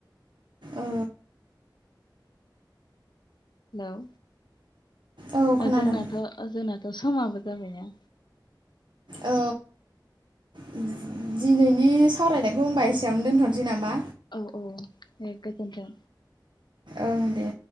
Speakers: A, on the right (about 75°); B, on the left (about 65°).
A: औ
B: हेल
A: औ खोनादों
B: जोंनाथ जोंनाथ समाबो जाबायना
A: औ दिनैनि सावरायनायखौ होनबा एसेयावनो दोनथनोसै नामा?
B: औ औ दे गोजोनथों।
A: ओं दे